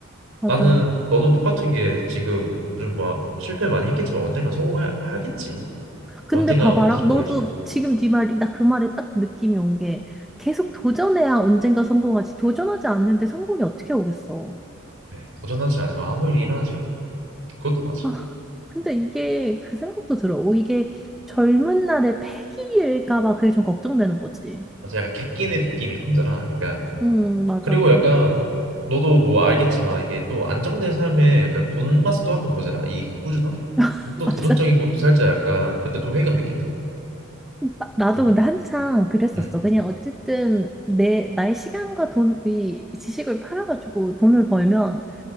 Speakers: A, in the centre; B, on the right.
A: 맞아.
B: 나는 너도 똑같은 게 지금 좀 막 실패 많이 했겠지만 언젠가 성공하겠지. 언젠가
A: 근데 봐봐라.
B: 언제지 모르지만
A: 너도 지금 네 말이, 나 그 말에 딱 느낌이 온 게, 계속 도전해야 언젠가 성공하지. 도전하지 않는데 성공이 어떻게 오겠어.
B: 그래, 도전하지 않으면 아무 일이 일어나지가 않아. 그것도 맞아.
A: 아, 근데 이게 그 생각도 들어. 오, 이게 젊은 날의 패기일까 봐 그게 좀 걱정되는 거지.
B: 그래서 약간 객기 느낌인 거잖아. 약간
A: 응, 맞아.
B: 그리고 약간 너도 뭐 알겠지만 이게 또 안정된 삶에 약간 돈 맛도 한번 보잖아. 이 꾸준함?
A: <laughs>
B: 그럼 또 도전적인
A: 맞아.
B: 것도 살짝 약간 그때 또 회의감 느낀다.
A: 나- 나도
B: 어.
A: 근데 한창 그랬었어.
B: 음,
A: 그냥 어쨌든 내 나의 시간과 돈이 지식을 팔아가지고 돈을 벌면